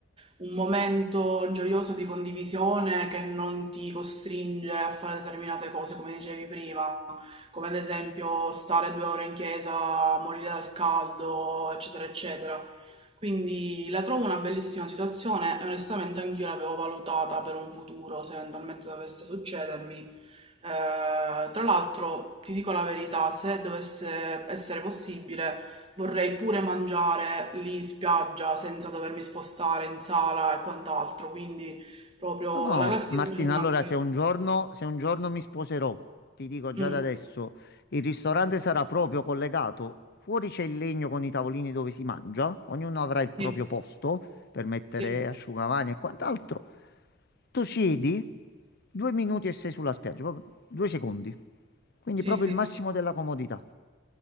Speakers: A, on the right; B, on the left.
A: un momento gioioso di condivisione che non ti costringe a fare determinate cose, come dicevi prima, come ad esempio stare due ore in chiesa, morire dal caldo, eccetera, eccetera. Quindi la trovo una bellissima situazione e onestamente anch'io l'avevo valutata per un futuro, se eventualmente dovesse succedermi eh, tra l'altro, ti dico la verità, se dovesse essere possibile, vorrei pure mangiare lì in spiaggia senza dovermi spostare in sala e quant'altro, quindi proprio
B: No, no,
A: la classica
B: Martina,
A: giornata.
B: allora se un giorno, se un giorno mi sposerò, ti dico già
A: Mm,
B: da adesso, il ristorante sarà proprio collegato. Fuori c'è il legno con i tavolini dove si mangia, ognuno avrà il proprio
A: sì,
B: posto per mettere
A: sì,
B: asciugamani e quant'altro. Tu siedi, due minuti e sei sulla spiaggia, proprio due secondi. Quindi
A: sì,
B: proprio
A: sì,
B: il massimo
A: sì.
B: della comodità.